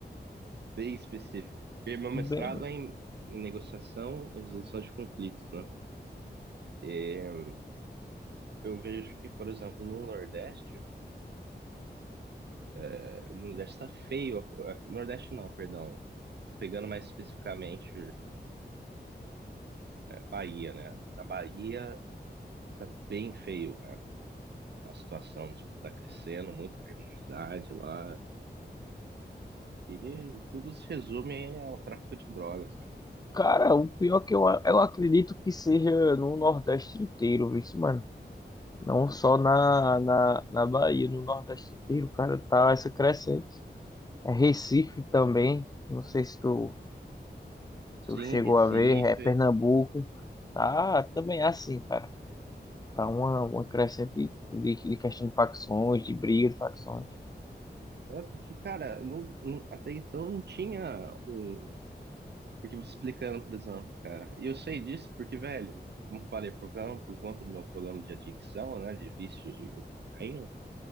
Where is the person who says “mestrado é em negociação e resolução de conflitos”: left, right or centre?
Right